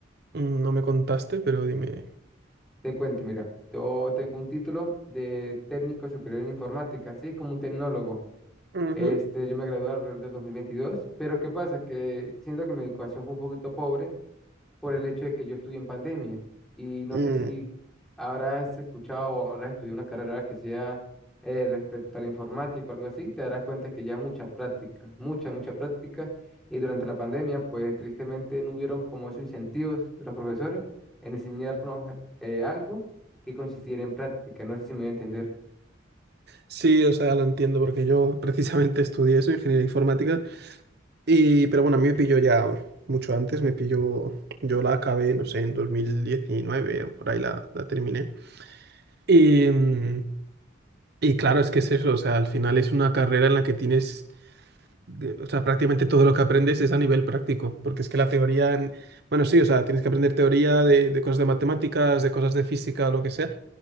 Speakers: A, on the right (about 55°); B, in the centre.
A: Mm, No me contaste, pero dime.
B: Te cuento, mira, yo tengo un título de técnico superior en informática, así es como un tecnólogo.
A: Ujú.
B: Este, yo me gradué alrededor del 2022, pero ¿qué pasa? Que siento que mi educación fue un poquito pobre por el hecho de que yo estudié en pandemia. Y no
A: Mm,
B: sé si habrás escuchado o habrás estudiado una carrera que sea eh, respecto a la informática o algo así, te darás cuenta que ya mucha práctica, mucha, mucha práctica. Y durante la pandemia, pues tristemente no hubieron como esos incentivos de los profesores en enseñarnos eh, algo que consistiera en práctica. No sé si me voy a entender.
A: Sí, o sea, lo entiendo porque yo <laughs> precisamente estudié eso, ingeniería informática, y pero bueno, a mí me pilló ya mucho antes, me pilló, yo la acabé, no sé, en 2019 o por ahí la, la terminé. Y, mm, y claro, es que es eso, o sea, al final es una carrera en la que tienes de- o sea, prácticamente todo lo que aprendes es a nivel práctico, porque es que la teoría, en- bueno, sí, o sea, tienes que aprender teoría de, de cosas de matemáticas, de cosas de física, lo que sea,